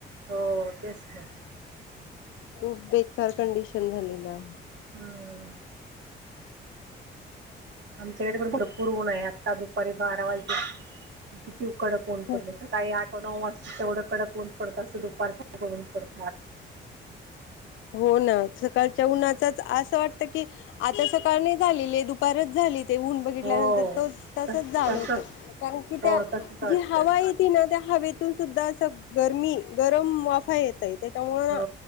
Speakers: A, on the right; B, on the left.
A: हो तेच ना
B: खूप बेकार कंडिशन झाली ना
A: हम्म आमच्या भरपूर ऊन आहे आत्ता दुपारी बारा वाजे खूप कडक ऊन
B: खूप
A: पडल सकाळी आठ तेवढं कडक ऊन पडतं असं दुपार सारख ऊन पडत
B: हो ना सकाळच्या उन्हाचाच असं वाटत की आता सकाळ नाही झालेली दुपारच झाली ते ऊन बघितल्यानंतर
A: हो
B: तो तसच
A: तस
B: जाणवत
A: तसच
B: कारण की त्या
A: हो तसच वाटतं
B: जी हवा येती ना त्या हवेतून सुद्धा स गरमी गरम वाफा येतायेत त्याच्यामुळे
A: हो